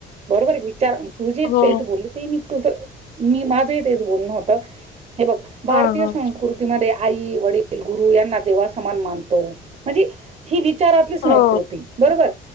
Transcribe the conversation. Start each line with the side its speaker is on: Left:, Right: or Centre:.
Right: बरोबर विचार तू जे
Left: हो
Right: तेच बोलले ते मी तु मी माझंही तेच बोलणं होत हे बघ भारतीय
Left: ह ह
Right: संस्कृतीमध्ये आई वडील गुरु यांना देवा समान मानतो म्हणजे ही वी विचारातली संस्कृती
Left: हो
Right: बरोबर